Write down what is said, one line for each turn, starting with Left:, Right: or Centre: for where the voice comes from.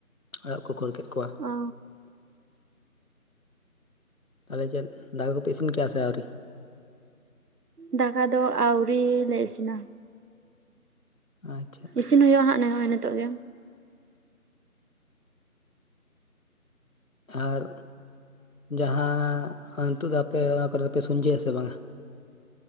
Left: ᱚᱲᱟᱜ ᱠᱚ ᱠᱷᱳᱲ ᱠᱮᱫ ᱠᱚᱣᱟ᱾ <inaudible>
Right: ᱚ
Left: ᱛᱟᱦᱚᱞᱮ ᱪᱮᱫ ᱫᱟᱠᱟ ᱠᱚ ᱯᱮ ᱤᱥᱤᱱ ᱠᱮᱜᱼᱟ ᱥᱮ ᱟᱹᱣᱨᱤ?
Right: ᱫᱟᱠᱟ ᱫᱚ ᱟᱣᱨᱤ ᱞᱮ ᱤᱥᱤᱱᱟ᱾
Left: ᱟᱪᱪᱷᱟ
Right: ᱤᱥᱤᱱ ᱦᱩᱭᱩᱜᱼᱟ ᱦᱟᱜ ᱱᱮᱜᱼᱚᱭ ᱱᱤᱛᱚᱜ ᱜᱮ᱾
Left: ᱟᱨ ᱡᱟᱦᱟᱸ ᱫᱚ ᱟᱯᱮ ᱚᱱᱟ ᱠᱚᱨᱮ ᱯᱮ ᱥᱩᱧᱡᱟᱹᱭᱟᱯᱮ ᱥᱮ ᱵᱟᱝᱟ?